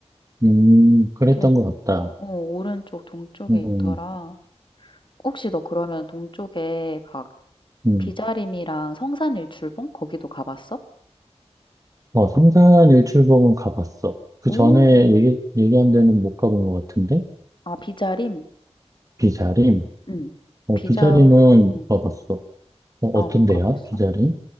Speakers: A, on the right; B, on the left.
A: 음, 그랬던
B: 제-
A: 것 같다.
B: 어, 오른쪽 동쪽에
A: 음,
B: 있더라. 혹시 너 그러면 동쪽에 막
A: 음.
B: 비자림이랑 성산일출봉 거기도 가봤어?
A: 어, 삼산 일출봉은 가봤어. 그
B: 오,
A: 전에 얘기, 얘기한 데는 못 가본 것 같은데?
B: 아, 비자림?
A: 비자림?
B: 응.
A: 어,
B: 비자,
A: 비자림은
B: 어.
A: 가봤어. 어, 어떤데요?
B: 아, 못 가봤어?
A: 비자림?